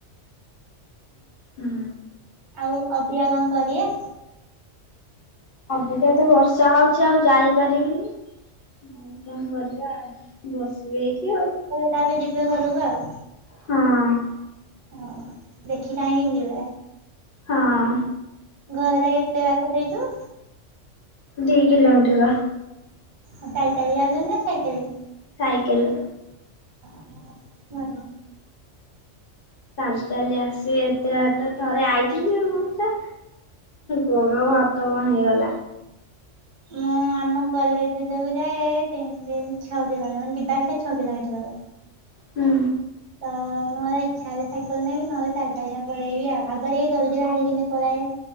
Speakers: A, on the left (about 55°); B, on the right (about 50°).
A: ହୁଁ।
B: ଆଉ ଅବିଆ କଣ କରିୟେ?
A: ଅବିକା ତ ବର୍ଷା ହଉଚି ଆଉ ଯାଇପାରିବିନି। ଆଉ କଣ କରିବା ଆଉ ବସିବି ଏଇଠି ଆଉ।
B: ତା ପରେ ଯିବେ ଘରକୁ ଆଉ।
A: ହଁ।
B: ହଁ ଦେଖି ଚାହିଁକି ନିବେ।
A: ହଁ।
B: ଘରଟା କେତେ ବାଟ ସେଇଠୁ?
A: ଦି କିିଲୋମିଟର।
B: ଚାଲି ଚାଲି ଯାଉଚ ନା ସାଇକେଲିଙ୍ଗ?
A: ସାଇକେଲେ।
B: ଆ ଭଲ।
A: ଚାଲି ଚାଲି ଆସିବି ଏତେ ବାଟ ଥରେ ଆଇଥିଲି ମୁଁ ତ ଗୋଡ ହାତ କଁ ହେଇଗଲା।
B: ମୁଁ ଆମ କଲେଜ ଯୋଗୁ ଯାଏ ତିନତିନ ଛଅ କିଲୋମିଟର ମାନେ ଯିବା ଆସିବା ଛଅ କିଲୋମିଟର ହବ।
A: ହୁଁ।
B: ତ ମୋର ଇଛା ହେଲେ ସାଇକେଲ ନେବି ନହେଲେ ଚାଲି ଚାଲିକା ପଳେଇବି ଆଉ ଆଗ ଟିକେ ଜଲ୍ଦି ବାହାରିକିନି ପଳାଏ।